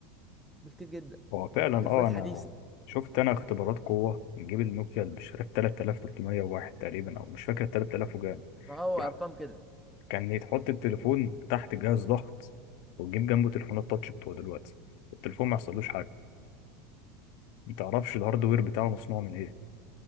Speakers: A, in the centre; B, on the left.
A: بكتير جدا
B: هو فعلا
A: من تليفونات
B: اه انا
A: حديثه
B: شفت انا اختبارات قوه نجيب النوكيا اللي مش عارف 3301 تقريبا او مش فاكر 3000 وجان
A: ما هو
B: يعني
A: ارقام كده
B: كان يتحط التليفون تحت جهاز ضغط وتجيب جنبه تليفونات تاتش بتوع دلوقتي التليفون ما يحصلوش حاجه ما تعرفش الهاردوير بتاعه مصنوع من ايه